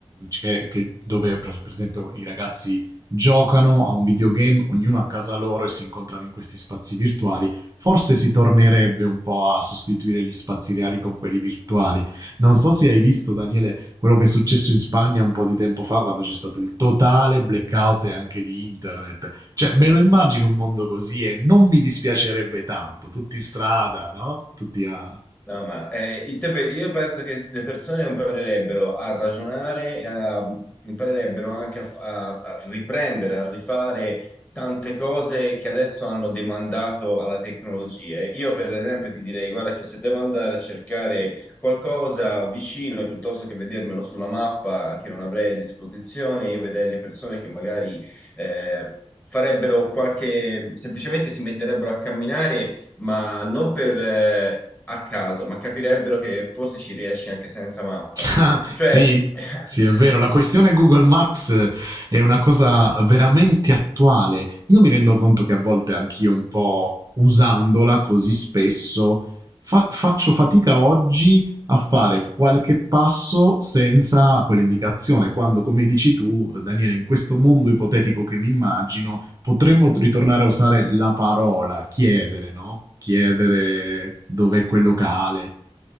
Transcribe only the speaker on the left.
No, ma eh, i te- io penso che le persone imparerebbero a ragionare, e a- imparerebbero anche a, fa- a- a riprendere, a rifare tante cose che adesso hanno demandato alla tecnologia. Io, per esempio, ti direi, guarda, che se devo andare a cercare qualcosa vicino, piuttosto che vedermelo sulla mappa che non avrei a disposizione, io vedrei le persone che magari eh, farebbero qualche, semplicemente si metterebbero a camminare ma non per eh, a caso, ma capirebbero che forse ci riesci anche senza mappa.
Cioè,
<laughs>